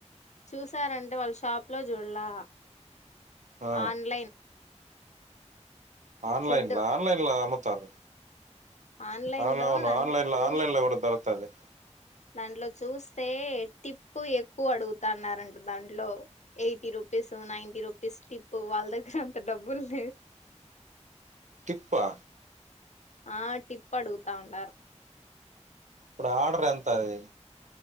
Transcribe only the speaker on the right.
ఆ
ఆన్లైన్లా
ఆన్లైన్లా మో త్తర్
అవునవును
ఆన్లైన్ల
ఆన్లైన్లల కూడా దొరుతది
టిప్పా
ఇప్పుడు ఆర్డర్ ఎంత అది